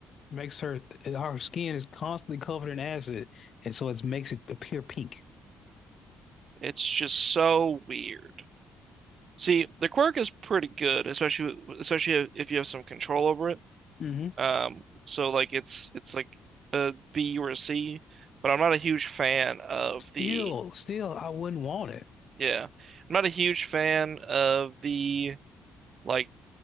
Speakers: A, on the left; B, on the right.
A: makes her her skin is constantly covered in acid, and so it makes it appear pink.
B: It's just so weird. See, the quirk is pretty good, especially especially if you have some control over it.
A: hmm
B: Um, so like it's it's like a B or a C, but I'm not a huge fan of
A: Still,
B: the
A: still, I wouldn't want it.
B: yeah, I'm not a huge fan of the like